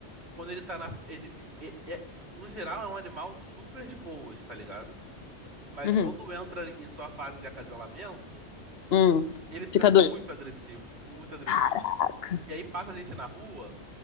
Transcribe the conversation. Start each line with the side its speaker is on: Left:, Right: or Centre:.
Right: quando ele tá na. ele, tipo, é- é- no geral, é um animal super de boas, tá ligado? Mas
Left: Uhum.
Right: quando entra em sua fase de acasalamento,
Left: Hum.
Right: ele fica
Left: Fica doido.
Right: muito agressivo, muito agressivo.
Left: Caraca.
Right: E aí passa a gente na rua